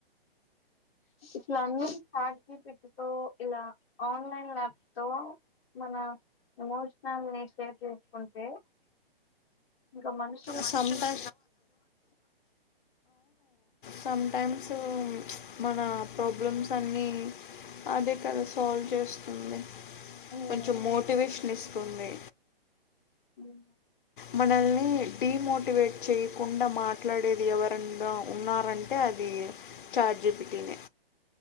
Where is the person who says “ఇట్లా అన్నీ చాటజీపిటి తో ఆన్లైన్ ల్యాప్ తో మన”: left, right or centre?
Left